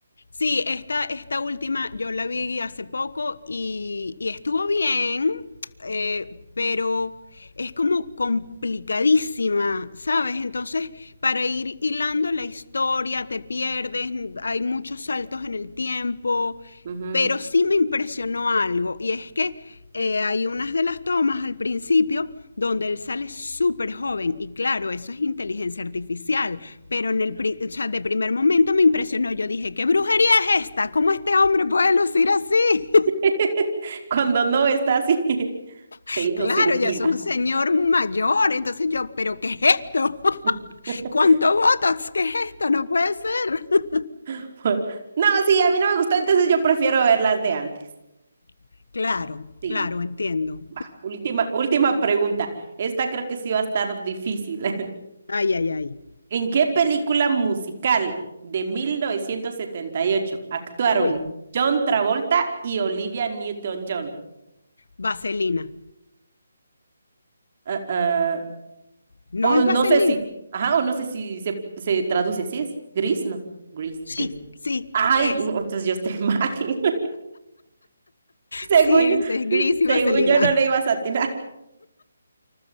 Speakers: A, on the left; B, on the right.
A: sí, esta, esta última yo la vi hace poco y, y estuvo bien, eh, pero es como complicadísima, ¿sabes? Entonces, para ir hilando la historia, te pierdes, hay muchos saltos en el tiempo,
B: Ujú.
A: pero sí me impresionó algo y es que eh, hay unas de las tomas al principio donde él sale súper joven y claro, eso es inteligencia artificial, pero en el pri- o sea, de primer momento me impresionó, yo dije, ¿qué brujería es esta? ¿Cómo este hombre puede lucir así?
B: <laughs> Cuando no está así, <laughs>
A: <laughs>
B: se hizo
A: claro,
B: cirugía.
A: ya es un señor mayor, entonces yo, ¿pero qué es esto? <laughs>
B: <laughs>
A: ¿Cuánto Botox? ¿Qué es esto? No puede ser.
B: <laughs> No, sí, a mí no me gustó, entonces yo prefiero ver las de antes.
A: <laughs> claro,
B: Sí,
A: claro, entiendo.
B: va, última, última pregunta. Esta creo que sí va a estar difícil. <laughs>
A: Ay, ay, ay.
B: ¿En qué película musical de 1978 actuaron
A: Uy,
B: John Travolta y Olivia Newton-John?
A: vaselina.
B: Ah, ah,
A: ¿No
B: o
A: es
B: no
A: vaselina?
B: sé si, ajá, o no sé si se, se traduce así, ¿es gris? No, gris,
A: Sí,
B: gris.
A: sí,
B: Ay,
A: es
B: <laughs> no, entonces yo estoy mal. <laughs> Según
A: Sí, ese
B: yo,
A: es gris y
B: según
A: vaselina.
B: yo no le ibas a atinar.